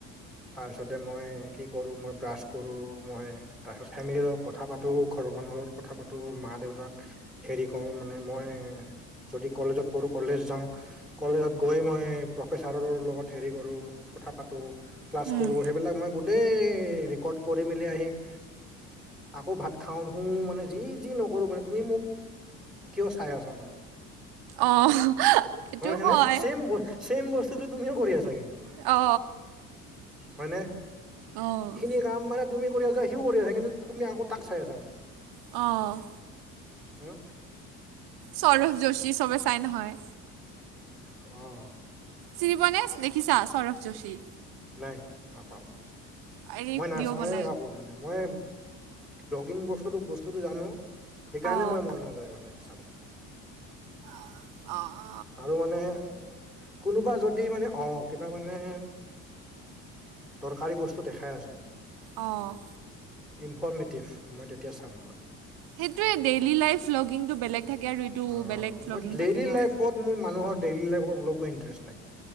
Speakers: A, in the centre; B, on the right.
A: তাৰপিছতে মই কি কৰো, মই - ব্ৰাছ কৰো মই তাৰপিছত ফেমিলিৰ লগত কথা পাতো ঘৰৰ মানুহৰ লগত কথা পাতো মা দেউতাক - হেৰি কৰো মানে মই যদি কলেজত পঢ়ো কলেজ যাওঁ। কলেজত গৈ মই প্ৰফেচাৰৰ লগত হেৰি কৰোঁ কথা পাতোঁ। ক্লাছ
B: উম,
A: কৰো সেইবিলাক মই গোটেই ৰেকৰ্ড কৰি মেলি আহি - আকৌ ভাত খাওঁ শুও মানে যি যি নকৰো মানে তুমি মোক - কিয় চাই আছা মানে -
B: অঁ সেইটো
A: পাইছানে
B: হয়।
A: ছেম ছেম বস্তুটো তুমিও কৰি আছা কিন্তু!
B: অ।
A: হয়নে?
B: অঁ।
A: যিটো কাম মানে তুমি আছা সিও কৰিছা কিন্তু তুমি আকৌ তাক চাই আছা মানে।
B: অঁ।
A: হা, হেঁ।
B: সৌৰভ যোশী সবে চাই নহয়।
A: অঁ।
B: চিনি পোৱা নে দেখিছা সৌৰভ যোশী?
A: নাই নাপাওঁ।
B: হেৰি
A: মই নাচাওঁওৱে
B: ভিডিঅ' বনাই
A: কাকো মানে মই ডগিং বস্তু বস্তুটো জানো- সেইকাৰণে
B: অঁ
A: মই মন নাযায় মানে চাব।
B: অঁ অ'
A: আৰু মানে কোনোবা যদি মানে অঁ কিবা মানে- দৰকাৰী বস্তু দেখাই আছে।
B: অঁ'
A: ইনফৰৰ্মেটিভ মই তেতিয়া চাম মই। ইমান
B: সেইটোৱে ডেইলি
A: প্ৰবলেম
B: লাইফ
A: নাই,
B: ভ্লগিংটো বেলেগ থাকে আৰু এইটো
A: অঁ
B: বেলেগ ভ্লগিং
A: অঁ' দেইলী
B: থাকে ন
A: লাইফত- মোৰ মানুহৰ ডেইলি লাইফত অলপো ইন্টাৰেষ্ট নাই।